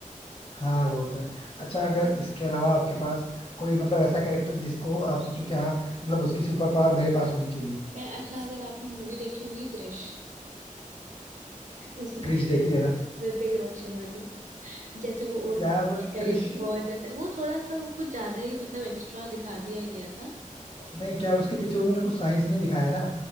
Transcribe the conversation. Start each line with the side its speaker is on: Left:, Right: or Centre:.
Left: हाँ वो तो है अच्छा अगर इसके अलावा आपके पास कोई मतलब ऐसा कैरेक्टर जिसको आप सोचो कि हाँ मतलब उसकी सुपर पावर मेरे पास होनी चाहिए
Right: मैं अच्छा अगर आपने मूवी देखी होगी क्रिश उसमें
Left: क्रिश
Right: <laughs>
Left: देखी है ना
Right: ऋतिक रोशन वाली जैसे वो उड़ता
Left: यार बट
Right: है कहीं
Left: क्रिश
Right: भी पहुंच जाता है वो थोड़ा सा वो कुछ ज्यादा ही मतलब एक्स्ट्रा दिखा दिया गया था
Left: नहीं क्या है उसके पीछे उन्होंने कुछ साइंस नहीं दिखाया ना